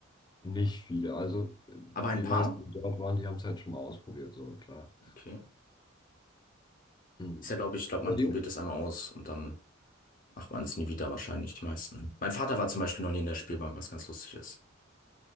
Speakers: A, on the left; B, on the left.
A: Nicht viele. Also die
B: Aber ein paar?
A: meisten, die dort waren, die haben es halt schon mal ausprobiert, so klar.
B: Okay.
A: Hm.
B: Ist ja, glaube ich, glaube,
A: Bei
B: man
A: dir?
B: probiert es einmal aus und dann macht man es nie wieder, wahrscheinlich die meisten. Mein Vater war zum Beispiel noch nie in der Spielbank, was ganz lustig ist.